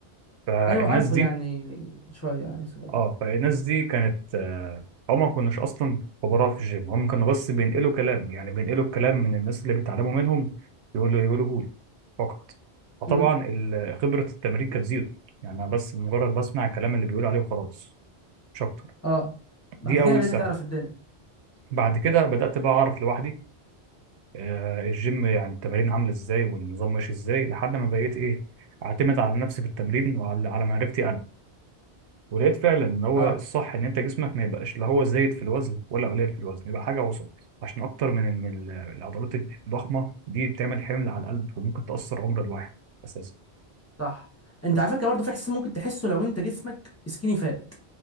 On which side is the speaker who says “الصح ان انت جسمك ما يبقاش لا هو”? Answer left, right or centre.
Right